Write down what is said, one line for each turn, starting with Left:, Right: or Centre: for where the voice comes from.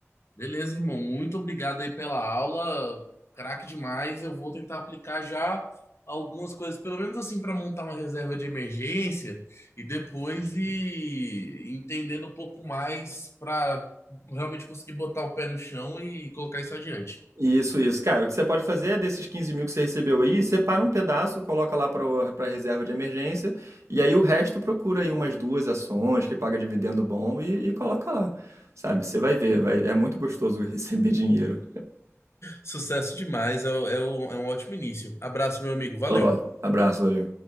Left: Beleza, irmão. Muito obrigado aí pela aula. Craque demais. Eu vou tentar aplicar já algumas coisas, pelo menos assim, para montar uma reserva de emergência e depois ir entendendo um pouco mais para realmente conseguir botar o pé no chão e colocar isso adiante.
Right: Isso, isso. Cara, o que você pode fazer é desses 15 mil que você recebeu aí, separa um pedaço, coloca lá para para reserva de emergência, e aí o resto procura aí umas duas ações que paga dividendo bom e, e coloca lá. Sabe? Você vai ver, vai, é muito gostoso <laughs> receber dinheiro.
Left: Sucesso demais. É, é um é um ótimo início. Abraço, meu amigo. Valeu.
Right: Ó, abraço, valeu.